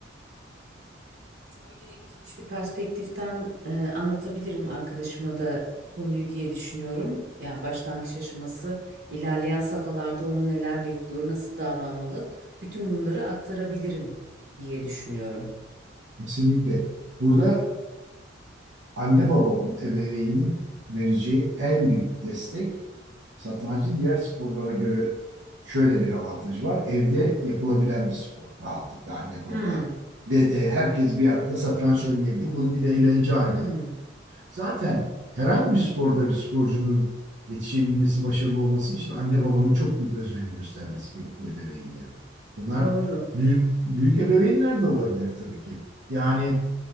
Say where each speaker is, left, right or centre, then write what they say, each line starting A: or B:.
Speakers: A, on the right (about 55°); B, on the right (about 85°).
A: Öyle geniş bir perspektiften e, anlatabilirim arkadaşıma da konuyu diye düşünüyorum. Yani başlangıç aşaması, ilerleyen safhalarda onu neler bekliyor, nasıl davranmalı, bütün bunları aktarabilirim diye düşünüyorum.
B: Kesinlikle. Burada anne babanın, ebeveynin vereceği en büyük destek satrancın diğer sporlara göre şöyle bir avantajı var. Evde yapılabilen bir spor. Rahatlıkla anne baba,
A: Hmm,
B: dede herkes bir arada satranç oynayabilir. Bunu bir eğlence haline
A: hmm,
B: Zaten herhangi bir sporda bir sporcunun yetişebilmesi, başarılı olması için anne babanın çok büyük özveri göstermesi gerekiyor ebeveynlerin. Bunlar
A: doğru.
B: büyük büyük ebeveynler de olabilir tabii ki. Yani